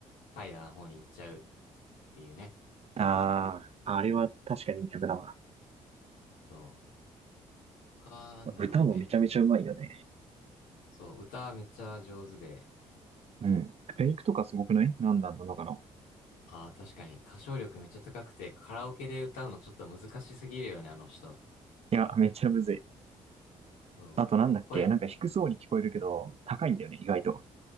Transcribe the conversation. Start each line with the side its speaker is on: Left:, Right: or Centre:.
Left: 怠惰な方に行っちゃうっていうね。
Right: ああ、あれは確かにいい曲だわ。
Left: そう。か、なんだろうね。
Right: 歌もめちゃめちゃうまいよね。
Left: そう、歌めっちゃ上手で、
Right: うん。フェイクとかすごくない何なんなのかな
Left: ああ、確かに歌唱力めっちゃ高くて、カラオケで歌うのちょっと難しすぎるよね、あの人。
Right: いや、めっちゃむずい。
Left: そう。
Right: あとなんだっけなんか低そうに聞こえるけど、
Left: 声、
Right: 高いんだよね、意外と。